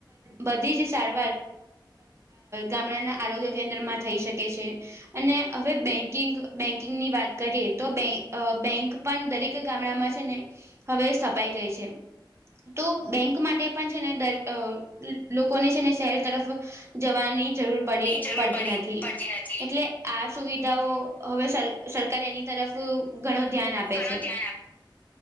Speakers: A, on the right (about 35°); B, on the left (about 20°).
A: બધી જ સારવાર ગામડાના આરોગ્ય કેન્દ્રમાં થઈ શકે છે અને હવે બેંક બેંકિંગ ની વાત કરીએ તો બે બેંક પણ દરેક ગામડામાં છે ને હવે સ્થપાઈ ગઈ છે. તો બેંક માટે પણ છે ને દ લોકોને છે ને શહેર તરફ- જવાની જરૂર પડી
B: જરૂર
A: પડતી
B: પડી
A: નથી
B: પડતી નથી.
A: એટલે આ સુવિધાઓ- હવે સર સરકાર એની તરફ ઘણું ધ્યાન આપે
B: ઘણું
A: છે.
B: ધ્યાન